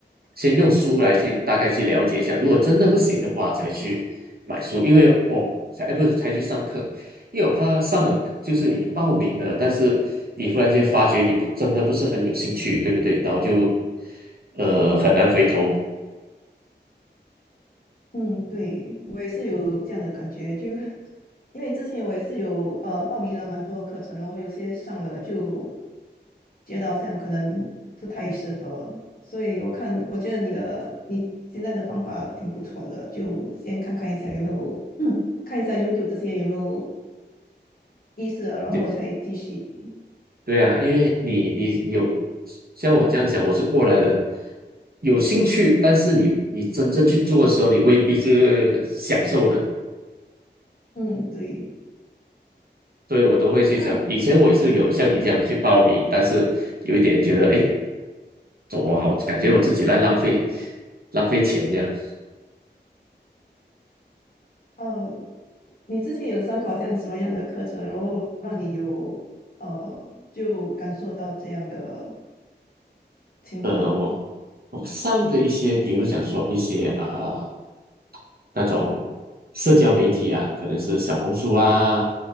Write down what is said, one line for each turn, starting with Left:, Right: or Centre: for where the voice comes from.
Right: 先用书来去大概去了解一下。如果真的不行的话，才去买书，因为我才，哎不是才去上课，因为我怕上了就是你报名了，但是你忽然间发觉你不真的不是很有兴趣，对不对？然后就呃很难回头。
Left: 嗯，对，我也是有这样的感觉，就因为之前我也是有呃报名了蛮多课程，然后有些上了就觉得好像可能不太适合，所以我看我觉得你的你现在的方法挺不错的，就先看看一下有没有嗯看一下 YouTube 这些有没有意思，然后才继续。
Right: 对。对啊，因为你你有像我这样讲，我是过来人，有兴趣，但是你你真正去做的时候，你未必是享受的，
Left: 嗯，对，
Right: 所以我都会去想，
Left: 那嗯。
Right: 以前我也是有像你这样去报名，但是有一点觉得，哎，走我好，感觉我自己在浪费浪费钱这样。
Left: 嗯，呃你之前有上过好像什么样的课程，然后让你有呃就感受到这样的情况呢？
Right: 呃，我我上的一些，比如讲说一些啊。那种社交媒体啊，可能是小红书啊，